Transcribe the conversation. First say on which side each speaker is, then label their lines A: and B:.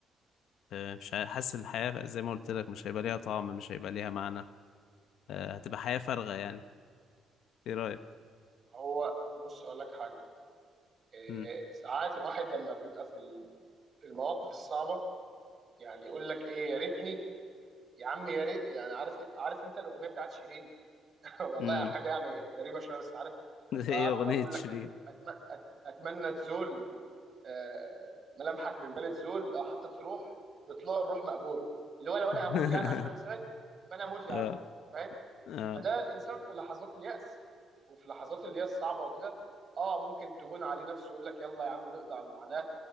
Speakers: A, on the left; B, on the right.
A: آه، مش ه- حاسس الحياة زي ما قلت لك مش هيبقى ليها طعم مش هيبقى ليها معنى آه، هتبقى حياة فارغة يعني ايه رأيك؟
B: هو بص اقول لك حاجه آه،
A: مم.
B: ساعات الواحد لما بيبقى في ال- في المواقف الصعبه يعني يقول لك ايه يا ريتني يا عم يا ريت يعني عارف عارف انت الاغنيه بتاعت شيرين <laughs> والله
A: مم.
B: حاجه يعني غريبه شويه بس عارف فكرتها
A: <laughs> ايه
B: عارف
A: أغنية
B: اللي هو بيقول
A: شيرين
B: لك أتم... أت... اتمنى تزول آه، ملامحك من بلد زول لو حتى تروح بطلوع الروح مقبول اللي هو لو انا
A: <laughs>
B: هموت يعني عشان انساك فانا اموت يا
A: اه
B: عم فاهم
A: اه
B: فده الانسان في لحظات اليأس وفي لحظات اللي هي الصعبه وكده اه ممكن تهون عليه نفسه يقول لك يلا يا عم نقضي على المعاناه